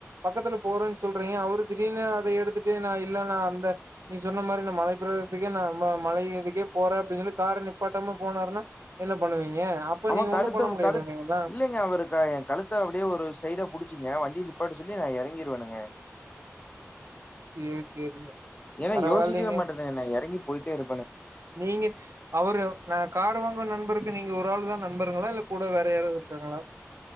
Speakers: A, on the right (about 70°); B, on the left (about 30°).
A: பக்கத்துல போறேன் சொல்றீங்க அவுரு திடீர்னு அத எடுத்துட்டு நா இல்ல நா அந்த நீ சொன்ன மாரி நா மலை பிரதசத்துக்கே நா மழ இதுக்கே போறேன் அப்பிடின்னு சொல்லி கார நிப்பாட்டமா போனாருன்னா என்ன பண்ணுவீங்க அப்ப
B: ஆமா
A: நீங்க
B: கழுத்து
A: ஒண்ணும் பண்ண முடியாதுங்களா
B: கழுத் இல்லங்க அவுரு ஏ கழுத்து த அப்டியே ஒரு சைடா புடிச்சுங்க வண்டி நிப்பாட்ட சொல்லி நா எறங்கிருவேணுங்க
A: சேரி சேரிங்க
B: ஏன்னா
A: பரவாயில்லைங்க
B: யோசிக்கவே மாட்டேனே நா எறங்கி போயிட்டே இரு
A: நீங்க அவுரு நா கார் வாங் நண்பருக்கு நீங்க ஒரு ஆள்தா நண்பருங்ளா இல்ல கூட வேற யாராது இருக்காங்ளா